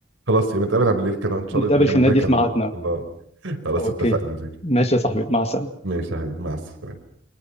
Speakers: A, on the right (about 80°); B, on the left (about 30°).
A: خلاص يبقى نتقابل على بالليل كده ان شاء
B: نتقابل
A: الله نكمل
B: في النادي
A: بقى كلامنا
B: في ميعادنا
A: الله خلاص
B: اوكي
A: اتفقنا
B: ماشي يا صاحبي مع السلامة
A: ماشي يا حبيبي مع السلامه